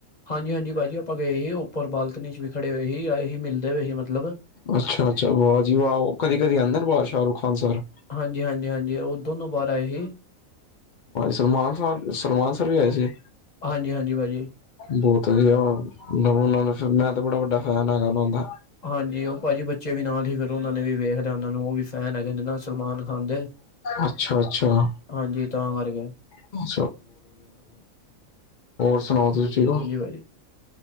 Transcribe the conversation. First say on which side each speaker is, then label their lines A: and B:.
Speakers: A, on the left; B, on the left.
A: ਹਾਂਜੀ, ਹਾਂਜੀ ਭਾਜੀ ਆਪਾਂ ਗਏ ਈ ਉੱਪਰ ਬਾਲਕਨੀ ਚ ਵੀ ਖੜੇ ਹੋਏ ਹੀ ਆਏ ਹੀ ਮਿਲਦੇ ਪਏ ਹੀ ਮਤਲਬ
B: ਅੱਛਾ, ਅੱਛਾ ਵਾਹ ਜੀ ਵਾਹ ਓ ਕਦੀ ਕਦੀ ਆਂਦੇ ਨੇ ਵਾ ਸ਼ਾਹਰੁਖ ਖਾਨ ਸਰ।
A: ਹਾਂਜੀ, ਹਾਂਜੀ, ਹਾਂਜੀ ਉਹ ਦੋਨੋਂ ਬਾਹਰ ਆਏ ਹੀ।
B: ਸਲਮਾਨ ਸਾਨ ਸਨਮਾਨ ਸਰ ਵੀ ਆਏ ਸੀ।
A: ਹਾਂਜੀ ਹਾਂਜੀ ਭਾਜੀ
B: ਬਹੁਤ ਹੀ ਆ <unintelligible> ਲਹੂ ਨਾਲ ਮੈਂ ਤਾਂ ਬੜਾ ਵੱਡਾ ਫੈਨ ਹੈਗਾ ਨਾ ਔਂਦਾ।
A: ਹਾਂਜੀ, ਓ ਭਾਜੀ ਬੱਚੇ ਵੀ ਨਾਲ ਈ ਫਿਰ ਉਹਨਾਂ ਨੂੰ ਵੀ ਵੇਖ ਜਾਨਾ ਨੂੰ ਉਹ ਵੀ ਫੈਨ ਹੈਗੇ ਨੇ ਨਾ ਸਲਮਾਨ ਖਾਨ ਦੇ
B: ਅੱਛਾ ਅੱਛਾ
A: ਹਾਂਜੀ ਤਾਂ ਮਰ ਗਏ।
B: <unintelligible> ਹੋਰ ਸੁਣਾਓ ਤੁਸੀਂ ਠੀਕ ਓ।
A: ੀ <unintelligible>